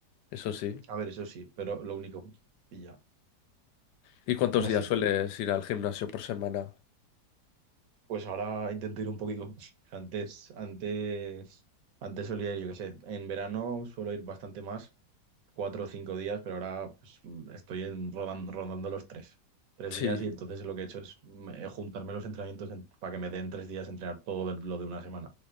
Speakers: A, on the left; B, on the right.
A: eso sí.
B: a ver, eso sí, pero lo único, y ya,
A: ¿Y cuántos
B: no
A: días
B: sé.
A: sueles ir al gimnasio por semana?
B: Pues ahora intento ir un poquito. <laughs> Antes, antes, antes solía ir, yo qué sé, en verano suelo ir bastante más, cuatro o cinco días, pero ahora pues, estoy en, rodan- rondando los tres. Tres
A: Sí,
B: días y entonces lo que he hecho es mm, eh, juntarme los entrenamientos en- para que me den tres días entrenar todo de- lo de una semana.